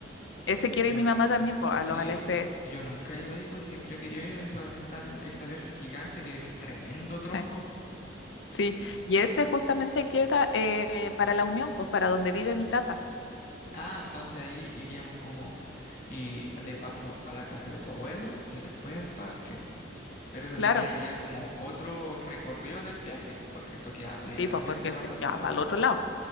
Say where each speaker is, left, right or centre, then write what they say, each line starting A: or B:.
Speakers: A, on the left; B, on the left.
A: Ese quiere
B: Yo,
A: ir mi
B: n-
A: mamá también, pues, a
B: sí,
A: los alerces.
B: yo nunca he ido ahí, pues, y siempre quería ir a ese donde está el- ese alerce gigante, que es tremendo tronco.
A: sí. Sí, y ese justamente queda eh, para la Unión, pues para donde vive mi tata.
B: Ah, entonces ahí iríamos como, y de paso a la casa de tu abuelo, y después al parque. Pero eso
A: Claro,
B: sería ya como otro recorrido del viaje, pues, porque eso queda literalmente
A: sí, pues porque es
B: para el otro
A: ya
B: lado,
A: para el otro lado.